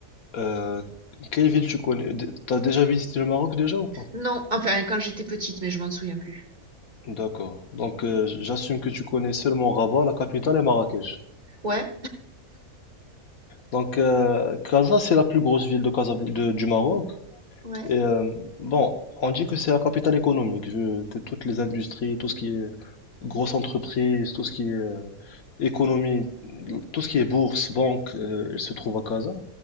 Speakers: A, on the left; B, on the right.
A: Euh, quelle ville tu connais? D- T'as déjà visité le Maroc déjà ou pas?
B: Non, enfin quand j'étais petite, mais je m'en souviens plus.
A: D'accord. Donc euh, j'assume que tu connais seulement Rabat, la capitale, et Marrakech.
B: Ouais,
A: Donc euh, Casa, c'est la plus grosse ville de Casabl- de- du Maroc.
B: ouais.
A: Et euh, bon, on dit que c'est la capitale économique, vu que toutes les industries, tout ce qui est grosses entreprises, tout ce qui est euh, économie, tout ce qui est bourse, banque, euh, elle se trouve à Casa.